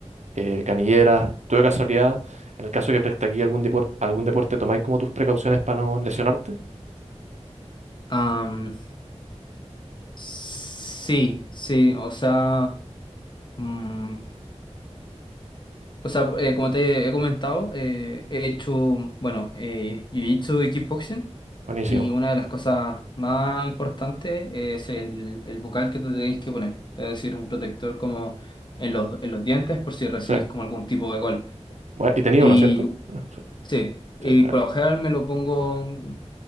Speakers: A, on the right; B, on the left.
A: eh, canilleras. ¿Tú de casualidad, en el caso que practiqué algún deporte, algún deporte, tomáis como tus precauciones para no lesionarte?
B: Am, sí, sí, o sea, mm, O sea, eh, como te he comentado, eh, he hecho, bueno, eh, jiu-jitsu y kickboxing.
A: Buenísimo.
B: Y una de las cosas más importantes es el, el bucal que te tenéis que poner. Es decir, un protector como en los, en los dientes por si recibís
A: Sí.
B: como algún tipo de golpe.
A: Bue- y tenía
B: Y
A: uno, ¿cierto? Bueno, sí,
B: Sí, y
A: sí, bueno.
B: por lo general me lo pongo un